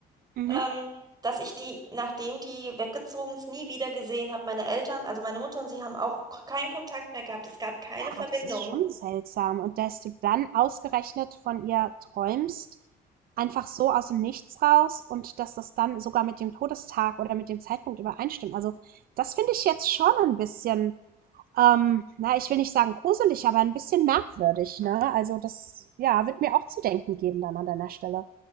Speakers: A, on the right; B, on the right.
A: Mhm.
B: ähm, dass ich die, nachdem die weggezogen ist, nie wieder gesehen habe. Meine Eltern, also meine Mutter und sie haben auch keinen Kontakt mehr gehabt. Es gab keine
A: Ja,
B: Verbindung.
A: das ist schon seltsam. Und dass du dann ausgerechnet von ihr träumst, einfach so aus dem Nichts raus und dass das dann sogar mit dem Todestag oder mit dem Zeitpunkt übereinstimmt. Also, das finde ich jetzt schon ein bisschen, ähm, na, ich will nicht sagen gruselig, aber ein bisschen merkwürdig, ne? Also, das, ja, wird mir auch zu denken geben dann an deiner Stelle.